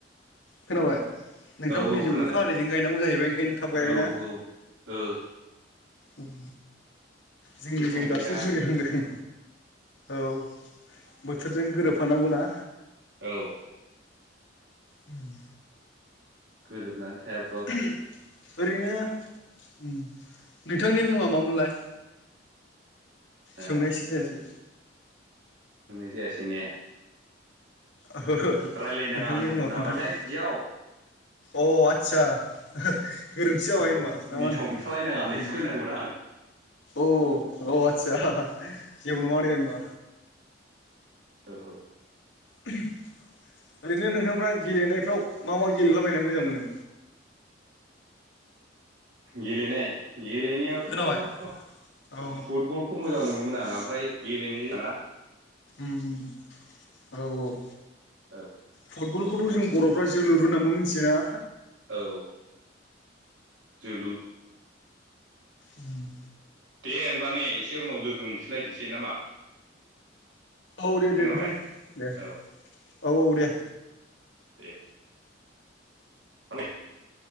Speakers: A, on the left; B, on the right.
A: खोनाबाय? नोंथांमोननिजों
B: औ औ खोनादों
A: अखा हादैजों गायनांगौ जाहैबाय ओंखायनो थाब गायबायना?
B: औ औ ओ
A: ओम जोंनिजों
B: उफाय
A: दासो
B: गैया
A: जुरिहांदों औ। बोथोरजों गोरोब फानांगौना।
B: औ।
A: उम
B: गोरोबनानै थायाबा
A: <unintelligible> ओरैनो ओम नोंथांनि मुंआ मामोनलाय?
B: ओ
A: सोंनायसो जायासै।
B: सोंनाय जायासै ने?
A: ओहो नोंथांनि
B: रायलायनाङा होनदोंमोन
A: मुंआ
B: नामाथाय
A: खोन्थादो
B: बिदियाव
A: अ आदसा हो गोरोन्थि जाबाय
B: औ
A: होनबा ना
B: बिथं
A: मा होनो?
B: खोन्थालायनाङा होननायसो
A: अम।
B: खोनादोंमोन आं
A: अ -औ आतसा जेबो नड़ादे ओमबा।
B: औ -औ।
A: ओरैनो नोंथांफ्रा गेलेनायफ्राव मा -मा गेलेलाबायनो मोजां मोनो?
B: गेलेनाय- गेलेनायावथ'
A: खोनाबाय औ
B: फुटबल खौ मोजां मोनोमोन आं ओमफ्राय गेलेनाय जायाना
A: अम औ- औ।
B: औ।
A: फुटबल खौथ' जों बर'फ्रा जोलुर होननानैबो मिथियो ना?
B: औ। जोलुर
A: उम
B: दे होनबा ने एसे उनाव लोगो मोनफिनलायथसै नामा?
A: औ दे -दे
B: खोनाबाय
A: नोंथां दे
B: औ
A: औ- औ दे।
B: दे। <unintelligible>